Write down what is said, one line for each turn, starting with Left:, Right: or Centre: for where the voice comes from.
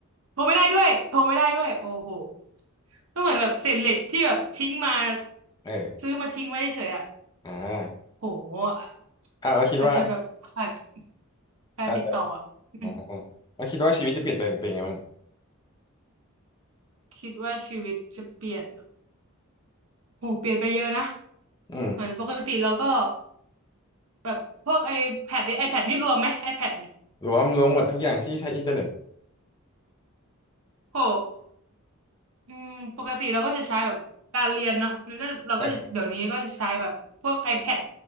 Right: โทรไม่ได้ด้วยโทรไม่ได้ด้วยโอ้โหก็เหมือนแบบเศษเหล็กที่แบบทิ้งมา
Left: เออ
Right: ซื้อมาทิ้งไว้เฉยๆอะ
Left: อ่า
Right: โห
Left: อ่าเราคิดว่า
Right: อาจจะแบบขาดการติดต่ออะอืม
Left: เอออ่าเราคิดว่าชีวิตจะเปลี่ยนไปเป็นยังไงบ้าง
Right: คิดว่าชีวิตจะเปลี่ยนแบบโหเปลี่ยนไปเยอะนะ
Left: อืม
Right: เหมือนปกติเราก็แบบพวกไอแพดนี่ไอแพดนี่รวมไหมไอแพดเนี่ย
Left: หรือว่ามันรวมหมดทุกอย่างที่ใช้อินเทอร์เน็ต
Right: โห อืมปกติเราก็จะใช้แบบการเรียนเนาะมันก็เราก็จะเดี๋ยวนี้ก็จะใช้แบบพวก
Left: เออ
Right: iPad